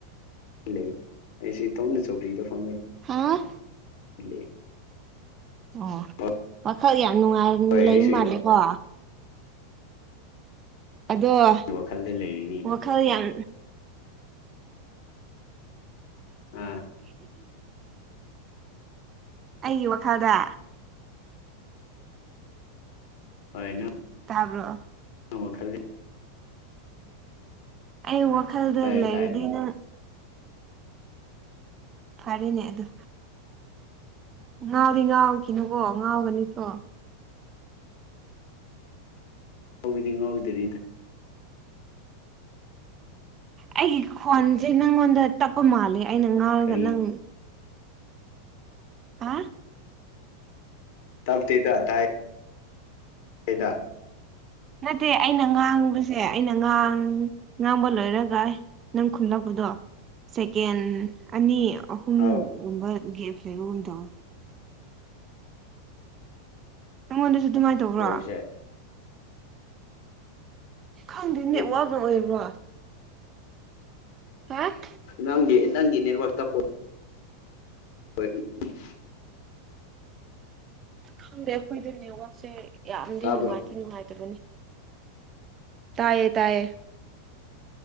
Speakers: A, on the left; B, on the right.
A: ꯂꯩ ꯑꯩꯁꯤ ꯏꯇꯣꯝꯗ ꯆꯧꯀ꯭ꯔꯤꯗ ꯐꯝꯃꯦ
B: ꯍꯥꯥ
A: <unintelligible>
B: ꯑꯣ
A: ꯍꯣꯏ
B: ꯋꯈꯜ ꯌꯥꯝ ꯅꯨꯡꯉꯥꯏ
A: ꯍꯣꯏ
B: ꯂꯩꯕ
A: ꯑꯩꯁꯨ
B: ꯃꯥꯜꯂꯦꯀꯣ ꯑꯗꯣ
A: ꯋꯥꯈꯜꯗ ꯂꯩꯔꯤꯅꯤ
B: ꯋꯥꯈꯜ ꯌꯥꯝ
A: ꯑꯥ
B: ꯑꯩꯒꯤ ꯋꯥꯈꯜꯗ
A: ꯍꯅ
B: ꯇꯥꯕ꯭ꯔꯣ
A: ꯈꯦ
B: ꯑꯩ ꯋꯥꯈꯜꯗ
A: ꯇꯥꯏ
B: ꯂꯩꯔꯤꯗꯤꯅ
A: ꯇꯥꯏꯅꯤꯅꯦ
B: ꯐꯔꯦꯅꯦ ꯑꯗꯨ ꯉꯥꯎꯗꯤ ꯉꯥꯎꯈꯤꯅꯨꯕꯣ ꯉꯥꯎꯒꯅꯤꯁꯨꯣ
A: ꯍꯕꯨꯗꯤ ꯉꯥꯎꯗ꯭ꯔꯤꯗ
B: ꯑꯩꯒꯤ ꯈꯣꯟꯁꯦ ꯅꯪꯉꯣꯟꯗ ꯇꯞꯄ ꯃꯥꯜꯂꯦ ꯑꯩꯅ ꯉꯥꯡꯔꯒ
A: ꯀꯔꯤ
B: ꯅꯪ ꯍꯥꯥ
A: ꯇꯞꯗꯤ ꯇ ꯇꯦ ꯀꯗ
B: ꯅꯠꯇꯦ ꯑꯩꯅ ꯉꯥꯡꯕꯁꯦ ꯑꯩꯅ ꯉꯥꯡ ꯉꯥꯡꯕ ꯂꯣꯏꯔꯒ ꯅꯪ ꯈꯨꯝꯂꯛꯄꯗꯣ ꯁꯦꯀꯦꯟ ꯑꯅꯤ ꯑꯍꯨꯝꯒꯨꯝꯕ
A: ꯑꯧ
B: ꯒꯦꯞ ꯂꯩꯕꯒꯨꯝꯗꯧ ꯅꯪꯉꯣꯟꯗꯁꯨ ꯑꯗꯨꯃꯥꯏꯅ ꯇꯧꯕ꯭ꯔꯣ
A: ꯑꯣꯏꯕꯁꯦ
B: ꯈꯪꯗꯦꯅꯦ
A: ꯗꯤ
B: ꯋꯥꯕ꯭ꯔ ꯑꯣꯏꯕ꯭ꯔꯣ ꯄꯥꯛ
A: ꯅꯪꯦ ꯅꯪꯒꯤ ꯅꯅ ꯋꯥ ꯇꯄꯣ ꯍꯣꯏ ꯎꯝ
B: ꯈꯪꯗꯦ ꯑꯩꯈꯣꯏꯗꯦ ꯅꯦꯋꯥꯛꯁꯦ ꯌꯥꯝꯗꯤ
A: ꯇꯥꯕ꯭ꯔꯣ
B: ꯅꯨꯡꯉꯥꯏꯇꯦ ꯅꯨꯡꯉꯥꯏꯇꯕꯅꯤ ꯇꯥꯏꯌꯦ ꯇꯥꯏꯌꯦ